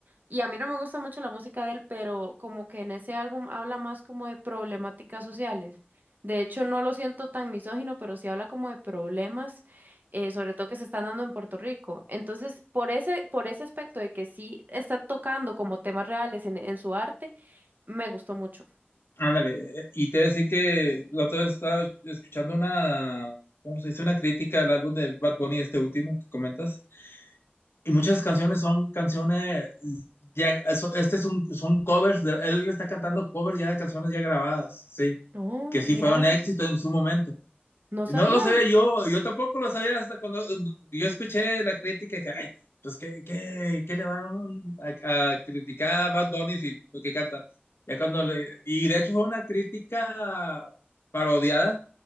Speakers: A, on the right; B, on the left.
A: Y a mí no me gusta mucho la música de él, pero como que en ese álbum habla más como de problemáticas sociales. De hecho, no lo siento tan misógino, pero sí habla como de problemas, eh, sobre todo que se están dando en Puerto Rico. Entonces, por ese, por ese aspecto de que sí está tocando como temas reales en, en su arte, me gustó mucho.
B: Ándale, eh, y te decía que la otra vez estaba escuchando una, ¿cómo se dice? Una crítica al álbum de Bad Bunny, este último que comentas. Y muchas canciones son canciones, ya, eso- este es un, son covers, de- él está cantando covers ya de canciones ya grabadas, sí,
A: Oh,
B: que sí
A: mira,
B: fue un éxito en su momento.
A: no
B: Y
A: sabía.
B: No lo sabía yo, yo tampoco lo sabía hasta cuando mm, yo escuché la crítica que, ay, pues, ¿qué, qué, qué le van a, a criticar a Bad Bunny si lo que canta? Ya cuando le, y de hecho fue una crítica parodiada